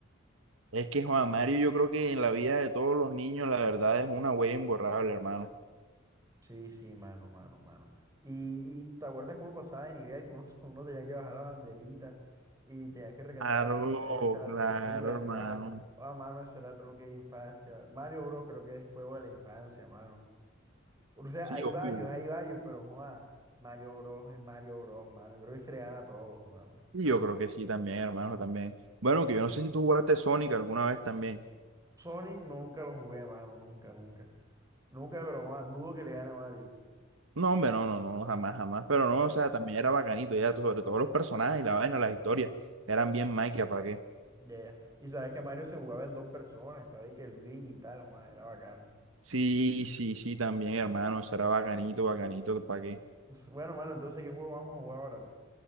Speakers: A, on the right; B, on the right.
A: Es que Juan Mario, yo creo que en la vida de todos los niños, la verdad es una huella imborrable, hermano.
B: Sí, sí, mano, mano, mano. Y, y te acuerdas que uno pasaba de nivel, que uno, <laughs> uno tenía que bajar la banderita y tenía que rescatar
A: Claro,
B: a la princesa, las
A: claro,
B: tortugas y
A: hermano.
B: tal. Ah, mano, eso era tronque de infancia. Mario Bros. creo que es el juego de la infancia, mano. O sea,
A: Sí,
B: hay
A: obvio.
B: varios, hay varios, pero joa, Mario Bros. es Mario Bros, mano. Creo que se le gana a todos, mano.
A: Y yo creo que sí también, hermano, también. Bueno, que yo no sé si tú jugaste Sonic alguna vez también.
B: Sony no, nunca lo jugué, mano, nunca, nunca. Nunca, pero más dudo que le gane a Mario.
A: No, hombre, no, no, no, jamás, jamás. Pero no,
B: Ma-
A: o sea, también era bacanito, ya, sobre todo los personajes y la vaina, las historias, eran bien maquia, ¿para qué?
B: ya, ya. Y sabes que Mario se jugaba en dos personas, estaba ahí que Luigi y tal, Juan, era bacano.
A: Sí, sí, sí, también, hermano, eso era bacanito, bacanito, ¿para qué?
B: <laughs> Bueno, mano, entonces, ¿qué juego vamos a jugar ahora, pues?